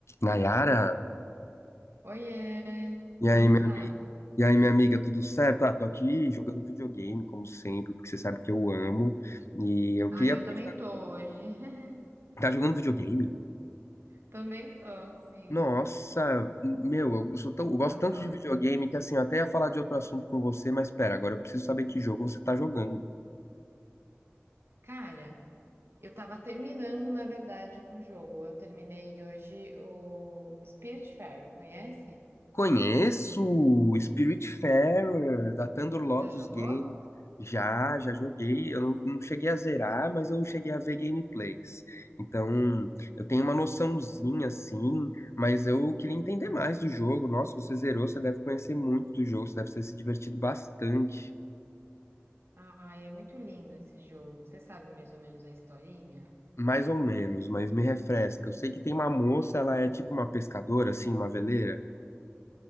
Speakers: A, on the left (about 75°); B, on the right (about 60°).
A: Nayara,
B: Oiê,
A: e aí,
B: como está?
A: minha amiga, e aí, minha amiga, tudo certo? Ah, tô aqui jogando videogame, como sempre, porque você sabe que eu amo. E eu
B: Ah,
A: queria
B: eu
A: conversar.
B: também tô hoje. <laughs>
A: Tá jogando videogame?
B: Também tô, sim.
A: Nossa, meu, eu sou tão, eu gosto
B: Adoro.
A: tanto de videogame que assim, eu até ia falar de outro assunto com você, mas pera, agora eu preciso saber que jogo você tá jogando.
B: Cara, eu tava terminando, na verdade, um jogo. Eu terminei hoje o Spiritfarer, conhece?
A: Conheço o Spiritfarer da Thunder Lotus
B: Já jogou?
A: Games. Já, já joguei. Eu não, não cheguei a zerar, mas eu cheguei a ver gameplays. Então, eu tenho uma noçãozinha assim, mas eu queria entender mais do jogo. Nossa, você zerou, você deve conhecer muito do jogo, você deve ter se divertido bastante.
B: Ai, é muito lindo esse jogo. Você sabe mais ou menos a historinha?
A: Mais ou menos, mas me refresca. Eu sei que tem uma moça, ela é tipo uma pescadora, assim, uma veleira.